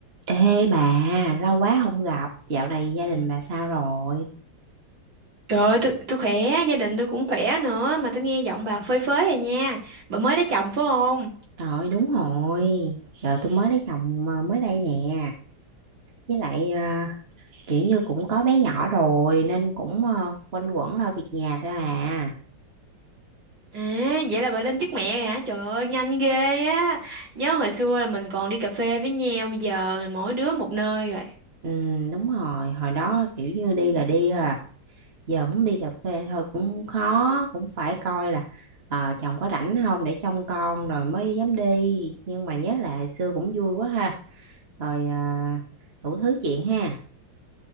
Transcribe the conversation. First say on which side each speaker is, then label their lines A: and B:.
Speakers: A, on the right; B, on the right.
A: Ê bà, lâu quá không gặp, dạo này gia đình bà sao rồi?
B: Trời ơi, tôi, tôi khỏe, gia đình tôi cũng khỏe nữa Mà tôi nghe giọng bà phơi phới rồi nha Bà mới lấy chồng phải không?
A: Rồi đúng rồi, giờ tôi mới lấy chồng à, mới đây nè, với lại à, kiểu như cũng có bé nhỏ rồi nên cũng à, quanh quẩn lo việc nhà thôi à.
B: À, vậy là bà lên chức mẹ rồi hả? Trời ơi, nhanh ghê á Nhớ hồi xưa là mình còn đi cà phê với nhau Bây giờ mỗi đứa một nơi rồi
A: Ừ đúng rồi, hồi đó kiểu như đi là đi thôi à, giờ muốn đi cà phê thôi cũng khó, cũng phải coi là ờ, chồng có rảnh không để trông con rồi mới dám đi, nhưng mà nhớ lại hồi xưa cũng vui quá ha, rồi à, đủ thứ chuyện ha.